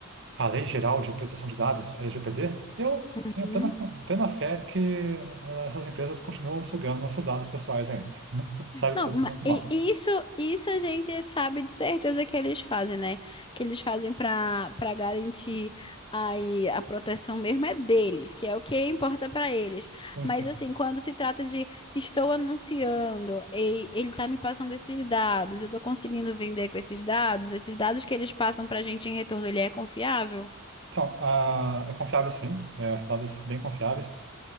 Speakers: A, on the right; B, on the left.
A: a Lei Geral de Proteção de Dados, LGPD, eu
B: Uhum.
A: tenho plena, plena fé que eh, essas empresas continuam sugando nossos dados pessoais ainda. <laughs> Sabe?
B: Não,
A: por
B: ma-
A: bem ou por
B: e
A: mal.
B: e isso, isso a gente sabe de certeza que eles fazem, né? Que eles fazem para para garantir aí a proteção mesmo é deles, que é o que importa para eles.
A: Sim,
B: Mas
A: sim.
B: assim, quando se trata de estou anunciando e ele tá me passando esses dados, eu tô conseguindo vender com esses dados, esses dados que eles passam pra gente em retorno, ele é confiável?
A: Então, ah, é confiável sim, é, são dados bem confiáveis.